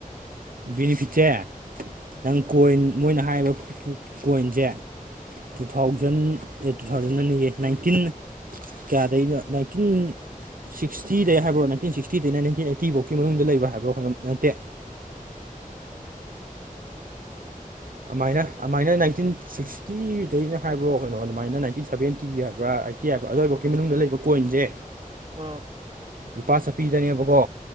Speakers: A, on the right; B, on the right.
A: ꯕꯤꯅꯤꯐꯤꯠꯁꯦ ꯅꯪ
B: ꯑꯥ
A: ꯀꯣꯏꯟ ꯃꯣꯏꯅ ꯍꯥꯏꯔꯤꯕ ꯀꯣꯏꯟꯁꯦ ꯇꯨ
B: ꯑꯥ
A: ꯊꯥꯎꯖꯟ ꯑꯦ ꯇꯨ ꯊꯥꯎꯖꯟ ꯑꯅꯤ ꯑꯦ ꯅꯥꯏꯟꯇꯤꯟ ꯀꯌꯥꯗꯩꯅꯣ ꯅꯥꯏꯟꯇꯤꯟ ꯁꯤꯛꯁꯇꯤꯗꯩ ꯍꯥꯏꯕ꯭ꯔꯣ ꯅꯥꯏꯟꯇꯤꯟ ꯁꯤꯛꯁꯇꯤꯗꯩ ꯅꯥꯏꯟꯇꯤꯟ ꯑꯩꯥꯏꯠꯇꯤ ꯕꯨꯛꯒꯤ ꯃꯅꯨꯡꯗ ꯂꯩꯕ ꯍꯥꯏꯕ꯭꯭ꯔꯣ ꯅꯠꯇꯦ ꯑꯃꯥꯏꯅ ꯑꯃꯥꯏꯅ ꯅꯥꯏꯟꯇꯤꯟ ꯁꯤꯛꯁꯇꯤꯗꯩꯅꯤ ꯍꯥꯏꯕ꯭ꯔꯣ ꯀꯩꯅꯣ ꯑꯗꯨꯃꯥꯏꯅ ꯅꯥꯏꯟꯇꯤꯟ ꯁꯕꯦꯟꯇꯤ ꯍꯥꯏꯕ꯭ꯔꯥ ꯀꯤ ꯍꯥꯏꯕ ꯑꯗꯨꯏꯕꯥꯎꯀꯤ ꯃꯅꯨꯡꯗ ꯂꯩꯕ ꯀꯣꯏꯟꯖꯦ
B: ꯑꯣ
A: ꯂꯨꯄꯥ ꯆꯠꯄꯤꯗꯅꯦꯕꯀꯣ